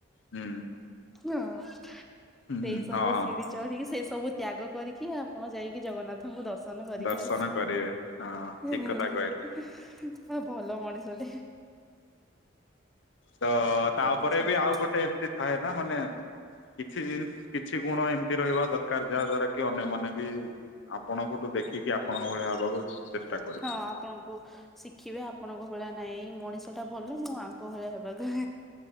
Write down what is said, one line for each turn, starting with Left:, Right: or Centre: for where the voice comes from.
Left: ହୁଁ।
Centre: ହଁ ସେଇ
Left: ହୁଁ ହୁଁ
Centre: ସବୁ
Left: ହଁ ହଁ।
Centre: ସିଡି ଚଢ଼ି କି ସେ ସବୁ ତ୍ୟାଗ କରିକି ଆପଣ ଯାଇକି ଜଗନ୍ନାଥଙ୍କୁ ଦର୍ଶ ନ କରିକି
Left: ଦର୍ଶନ କରିବେ ହଁ ଠିକ
Centre: ଆସି
Left: କଥା କହିଲେ
Centre: ତ ଭଲ ମଣିଷଟେ।
Left: ତ ତାପରେ
Centre: ଆଚ୍ଛା ଆଚ୍ଛା।
Left: ବି ଆଉ ଗୋଟେ ଏମିତି ଥାଏ ନା ମାନେ କିଛି କିଛି ଗୁଣ ଏମିତି ରହିବା ଦରକାର ଯାହା ଦ୍ଵାରା କି ଅନ୍ୟମାନେ ବି ଆପଣଙ୍କଠୁ ଦେଖିକି ଆପଣଙ୍କ ଭଳିଆ ହବାକୁ ଚେଷ୍ଟା କରିବେ
Centre: ହଁ ଆପଣଙ୍କୁ ଶିଖିବେ ଆପଣ ଭଳି ନାଇଁ ମଣିଷ ଟା ଭଲ ମୁଁ ଆଙ୍ଗ ଭଳିଆ ହେବାକୁ